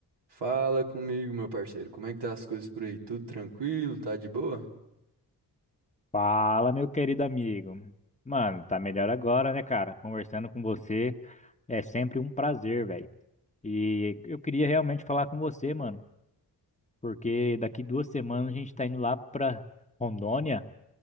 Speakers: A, on the right (about 80°); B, on the left (about 15°).
A: Fala comigo, meu parceiro. Como é que tá as coisas por aí? Tudo tranquilo? Tá de boa?
B: Fala, meu querido amigo. Mano, tá melhor agora, né, cara? Conversando com você é sempre um prazer, velho. E eu queria realmente falar com você, mano, porque daqui duas semanas a gente tá indo lá pra Rondônia,